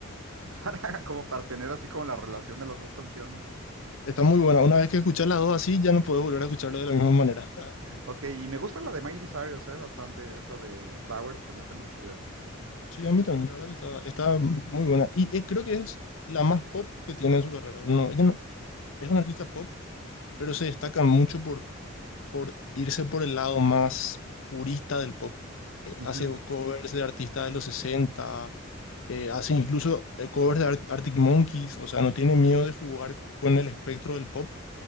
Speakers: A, on the right; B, on the left.
A: <laughs> para, como para tener así como la relación de las dos canciones.
B: Está muy buena. Una vez que escuchas las dos así, ya no puedes volver a escucharlo de la misma manera. <laughs>
A: Ok, y me gusta la de Miley Cyrus, eh, bastante, esa de Flowers, se me hace muy chida.
B: Sí, a mí también, la verdad que está, está muy buena. Y eh, creo que es la más pop que tiene en su carrera. No, ella no- es una artista pop, pero se destaca mucho por, por irse por el lado más purista del pop. Eh,
A: Ujú,
B: hace covers de artistas de los 60, eh, hace incluso eh, covers de Ar- Arctic Monkeys, o sea, no tiene miedo de jugar con el espectro del pop